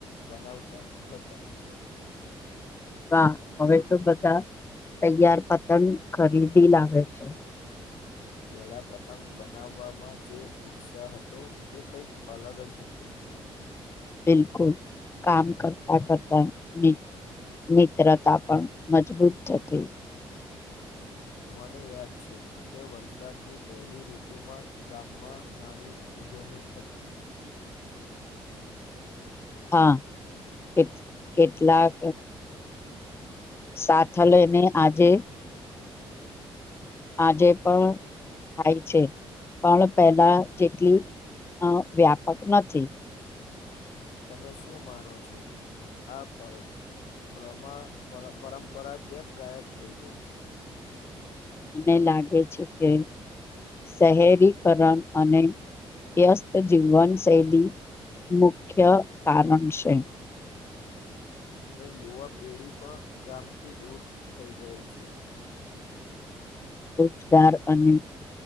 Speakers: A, on the left; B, on the left.
A: બનાવતા હતા
B: હા હવે તો બધા તૈયાર પતંગ ખરીદી લાવે છે
A: પહેલા પતંગ બનાવવામાં જે ઉત્સાહ હતો એ કંઈક અલગ જ હતો
B: બિલકુલ કામ કરતા કરતા મી મિત્રતા પણ મજબૂત થતી
A: મને યાદ છે કે વરસાદની પહેલી ઋતુમાં ગામમાં નાની ઉજવણી થતી
B: હા કે કેટલાક સાથ લઇ ને આજે આજે પણ થાય છે પણ પહેલા જેટલી અ વ્યાપક નથી
A: તમે શું માનો છો આ પર પ્રમા પરંપરા કેમ ગાયબ થઈ ગઈ છે?
B: મને લાગે છે કે શહેરીકરણ અને વ્યસ્ત જીવનશૈલી મુખ્ય કારણ છે
A: અને યુવા પેઢી પણ ગામથી દૂર થઈ ગઈ છે
B: રોજગાર અને